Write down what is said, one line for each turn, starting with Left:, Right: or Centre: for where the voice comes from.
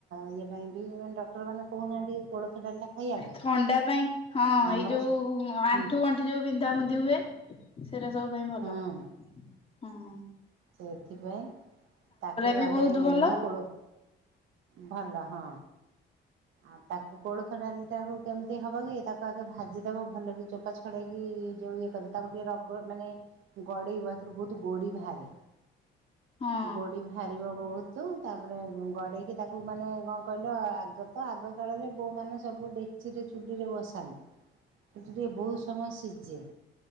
Right: ଇଏ ପାଇଁ ବି ମାନେ ଡକ୍ଟରମାନେ କହୁନାହାନ୍ତି କୋଳଥ ଡାଲିଟା ଖାଇବା ପାଇଁ
Left: ଥଣ୍ଡା ପାଇଁ ହଁ
Right: ଆମର
Left: ଏଇ ଯୋଉ
Right: ହୁଁ
Left: ଆଣ୍ଠୁ ଗଣ୍ଠି ଯୋଉ ବିନ୍ଧାବନ୍ଧି ହୁଏ, ସେରା ସବୁ ପାଇଁ ଭଲ
Right: ହୁଁ
Left: ହୁଁ।
Right: ସେଥିପାଇଁ ତାକୁ
Left: ବି
Right: ଆମେ
Left: ବହୁତ ଭଲ
Right: ମୁଁ କୋଳ ଭଲ ହଁ ଆଉ ତାକୁ କୋଳଥ ଡାଲି ତାକୁ କେମ ତି ହବ କି ତାକୁ ଆଗ ଭାଜିଦବ ଭଲ କି ଚୋପା ଛଡ଼େଇକି ଯୋଉ ଇଏ କରିି ତାକୁ ଟିକେ ରଗ ମାନେ ଗଡ଼େଇବ ହେତୁରୁ ବହୁତ ଗଡ଼ି ବାହାରେ
Left: ହଁ।
Right: ଗଡ଼ି ବାହାରିବ ବହୁତ ତାପରେ ଗଡ଼େଇକି ତାକୁ ମାନେ କଣ କହିଲ ଆଗ ତ ଆଗ କାଳରେ ବୋଉମାନେ ସବୁ ଡେକ୍ଚିରେ ଚୁଲିରେ ବସାନ୍ତି। ସେଠି ଟିକେ ବହୁତ ସମୟ ସିଝେ।